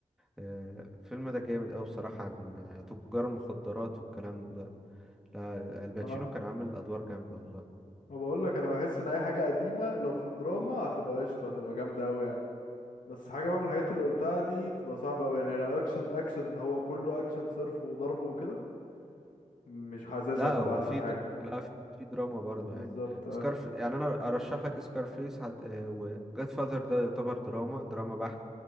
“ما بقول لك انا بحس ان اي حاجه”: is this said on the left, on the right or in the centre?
Left